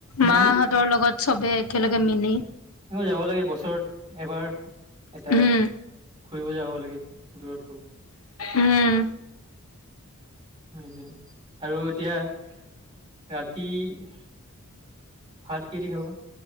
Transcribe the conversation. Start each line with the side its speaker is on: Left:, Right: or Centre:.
Right: উম
Left: মাহঁতৰ লগত চবে একেলগে মিলি।
Right: অ যাব লাগে বছৰত এবাৰ, এটা
Left: উম
Right: ঘুৰিব যাব লাগে। দূৰত কব
Left: উম
Right: নিজে আৰু এতিয়া ৰাতি ভাত কিহেদি খাবা?